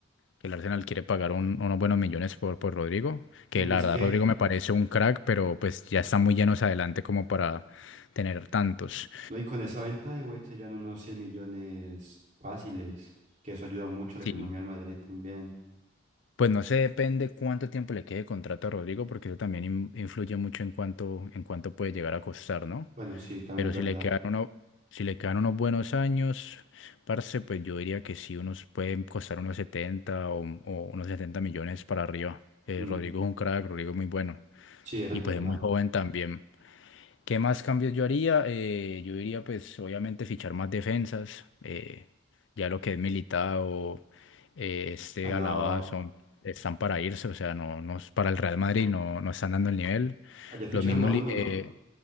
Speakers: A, on the left; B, on the right.
A: que el Arsenal quiere pagar un- unos buenos millones por, por Rodrigo, que
B: Uy,
A: la
B: es
A: verdad
B: que,
A: Rodrigo me parece un crack, pero pues ya está muy llenos adelante como para tener tantos.
B: no, y con esa venta de güey serían unos 100 millones fáciles, que eso ayuda mucho a la
A: Sí.
B: economía del Madrid también.
A: Pues no sé, depende cuánto tiempo le quede de contrato a Rodrigo, porque eso también in- influye mucho en cuánto, en cuánto puede llegar a costar, ¿no?
B: Bueno, sí, también
A: Pero
B: es verdad.
A: si le quedan uno, si le quedan unos buenos años, parce, pues yo diría que sí, unos pueden costar unos 70 o, o unos 70 millones para arriba. Eh,
B: Mm,
A: Rodrigo es un crack, Rodrigo es muy bueno.
B: sí, eso
A: Y
B: es verdad.
A: pues es muy joven también. ¿Qué más cambios yo haría? Eh, yo diría, pues, obviamente fichar más defensas, eh, ya lo que es Militao, eh, este
B: Alaba.
A: Alaba son, están para irse, o sea, no, no es- para el Real Madrid no, no están dando el nivel.
B: Ayer ficharon
A: Los mismos,
B: a
A: li-
B: uno,
A: eh,
B: ¿no?